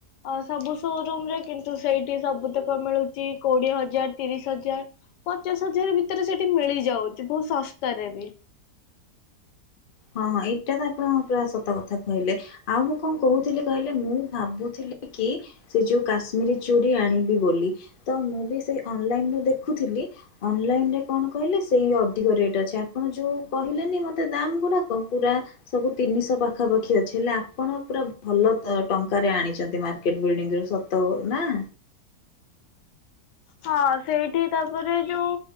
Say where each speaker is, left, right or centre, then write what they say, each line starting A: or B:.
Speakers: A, on the left; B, on the left.
A: ଅ ସବୁ ସୋରୁମ୍ ରେ କିନ୍ତୁ ସେଇଠି ସବୁତକ ମିଳୁଛି କୋଡିଏ ହଜାର୍ ତିରିଶ୍ ହଜାର୍। ପଚାଶ୍ ହଜାରେ ଭିତରେ ସେଠି ମିଳିଯାଉଚି ଭୋଉ ଶସ୍ତାରେ ବି
B: ହଁ ହଁ ଏଇଟା ତ ଆପଣ ପୁରା ସତ କଥା କହିଲେ। ଆଉ ମୁଁ କଅଁ କୋହୁଥିଲି କହିଲେ ମୁଁ ଭାବୁଥିଲି କି ସେ ଯୋଉ କାଶ୍ମୀରୀ ଚୁଡି ଆଣିବି ବୋଲି ତ ମୁଁ ବି ସେଇ ଅଂନ୍ଲାଇନ ରୁୁ ଦେଖୁଥିଲି। ଅଂନ୍ଲାଇନେ ରେ କଣ କହିଲେ ସେଇ ଅଧିକ ରେଟ୍ ଅଛି ଆପଣ ଯୋଉ କହିଲେନି ମତେ ଦାମ୍ ଗୁଡା କ ପୁରା ସବୁ ତିନିଶହ ପାଖାପାଖି ଅଛି ହେଲେ ଆପଣ ପୁରା ଭଲ ତ ଟଙ୍କାରେ ଆଣିଛନ୍ତି ମାର୍କେଟ୍ ବିଲ୍ଡିଂ ରୁ ସତ୍ ତୋ ନାଁ।
A: ହଁ ସେଇଠି ତାପରେ ଯୋଉ